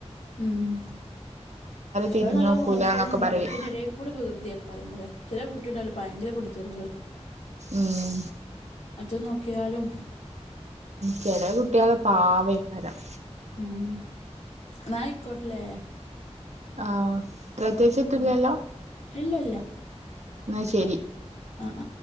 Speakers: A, on the left; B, on the right.
A: ഉം ചില
B: തിരിഞ്ഞു
A: നല്ലോ
B: നോക്കൂലാന്നൊക്കെ
A: നോക്കുണ് ഉണ്ടാവും
B: പറയും
A: പക്ഷെ അയിന്റെ എടക്കൂടെ വീകൃതിയേക്കാരം പറയാം ചില കുട്ടിടല്ലോ ഭയങ്കര പെട്ടിതെറികള്
B: ഉം
A: അറ്റ നോക്കാ യാലും
B: ചെല കുട്ടിയാള് പാവേക്കാരം
A: ഉം ന്നായിക്കോട്ടല്ലേ
B: ആ പ്രത്യേകിച്ച് എത്തും ഇല്ലല്ലേഎന്ന
A: ആ ഇല്ല ഇല്ല
B: ശരി
A: ആ ആ